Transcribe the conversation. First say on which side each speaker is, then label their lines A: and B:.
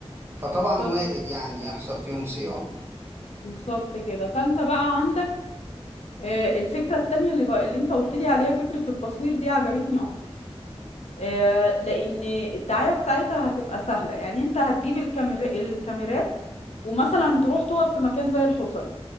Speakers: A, on the right (about 20°); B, on the left (about 80°).
A: فطبعا
B: بالظبط
A: وارد
B: كده.
A: يعني يحصل فيهم صيانة
B: بالظبط كده فانت بقى عندك آه، الفكره التانية اللي بقى اللي انت قلت لي عليها فكره التصوير دي عجبتني اكتر آه، لان الدعايه بتاعتها هتبقى سهله يعني انت هتجيب الكاميرا الكاميرات ومثلا تروح تقف في مكان زي الحصري